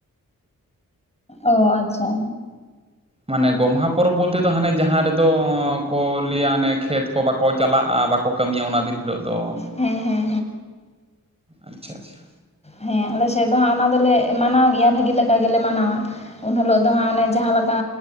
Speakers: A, on the left; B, on the right.
A: ᱚ ᱟᱪᱪᱷᱟ
B: ᱢᱟᱱᱮ ᱜᱚᱢᱦᱟ ᱯᱚᱨᱚᱵᱽ ᱵᱚᱞᱛᱮ ᱫᱚ ᱦᱟᱱᱮ ᱡᱟᱦᱟᱸ ᱨᱮᱫᱚ ᱠᱚ ᱞᱟᱹᱭᱟ ᱦᱟᱱᱮ ᱠᱷᱮᱛ ᱠᱚ ᱵᱟᱠᱚ ᱪᱟᱞᱟᱜᱼᱟ ᱵᱟᱠᱚ ᱠᱟᱹᱢᱤᱭᱟ ᱚᱱᱟ ᱫᱤᱱ ᱦᱤᱞᱳᱜ ᱫᱚ᱾
A: ᱦᱮᱸ ᱦᱮᱸ
B: ᱟᱪᱪᱷᱟ ᱟᱪᱪᱷᱟ
A: ᱦᱮᱸ ᱟᱞᱮ ᱥᱮᱫ ᱫᱚ ᱦᱟᱸᱜ ᱚᱱᱟ ᱫᱚᱞᱮ ᱢᱟᱱᱟᱣ ᱜᱮᱭᱟ ᱵᱷᱟᱹᱜᱮ ᱞᱮᱠᱟ ᱜᱮᱞᱮ ᱢᱟᱱᱟᱣᱟ ᱩᱱ ᱦᱤᱞᱚᱜ ᱫᱚ ᱦᱟᱸᱜ ᱚᱱᱮ ᱡᱟᱦᱟᱸ ᱞᱮᱠᱟ